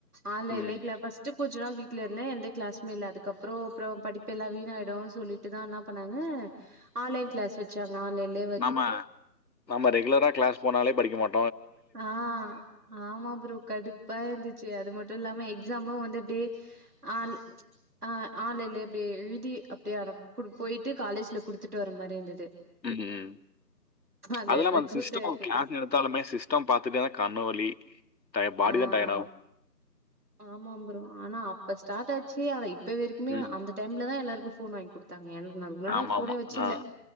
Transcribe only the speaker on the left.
ம்
நம்ம நம்ம ரெகுலரா கிளாஸ் போனாலேபடிக்காம
ம்ம்
அதுல்லாம்
அந்த
சிஸ்டம்
கிளாஸ் எடுத்தாலுமே சிஸ்டம் சிஸ்டம் பாத்துட்டேனா கண்ணுவலி டய பாடிதா
டயேர்டு ஆகு
ம்
ஆமாம்
ஆமாம்
ஆ